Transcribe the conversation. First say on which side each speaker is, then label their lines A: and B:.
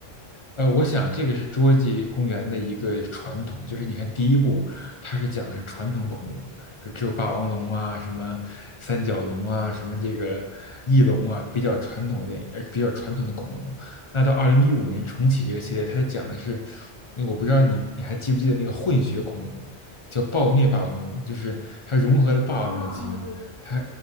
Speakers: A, on the left; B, on the left.
A: 呃，我想这个是侏罗纪公园的一个传统，就是你看第一部，它是讲的是传统恐龙，就只有霸王龙啊、什么三角龙啊、什么这个翼龙啊，比较传统的电影呃比较传统的恐龙。那到二零一五年重启这个系列，它讲的是，我不知道你你还记不记得那个混血恐龙，叫暴虐霸王龙，就是它融合了霸王龙的基因，
B: 啊啊，对，
A: 它